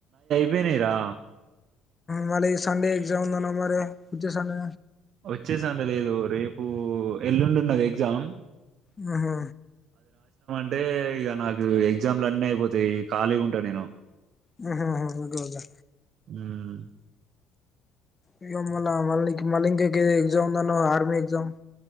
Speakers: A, on the right; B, on the left.
A: వేనేరా
B: మలే ఈ సండే ఎగ్జామ్ ఉంది మరి వచ్చే సండే
A: వచ్చే సండే లేదు. రేపు ఎల్లుండున్నది ఎగ్జామ్
B: హుహు
A: అంటే ఇగ నాకు ఎగ్జాములు అన్ని అయిపోతాయి, ఖాళీగుంట నేను.
B: హు హు ఓకే ఒకే
A: మ్మ్
B: ఇంగో మళ్ళ మళ్ళీ మళ్ళీ ఇంకాక ఎగ్జామ్ ఉందినాన్నవుగా ఆర్మీ ఎగ్జామ్.